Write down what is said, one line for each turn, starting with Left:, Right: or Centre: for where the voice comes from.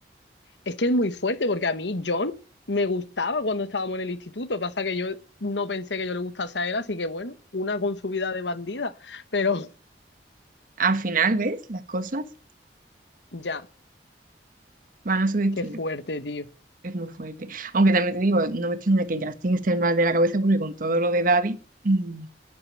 Left: Es que es muy fuerte porque a mí John me gustaba cuando estábamos en el instituto. Pasa que yo no pensé que yo le gustase a él, así que bueno, una con su vida de bandida. Pero
Right: Al final, ¿ves? Las cosas
Left: <laughs> ya,
Right: van a su destino.
Left: qué fuerte, tío.
Right: Es muy fuerte. Aunque también te digo, no me extraña que Justin esté mal de la cabeza porque con todo lo de Daddy, mm,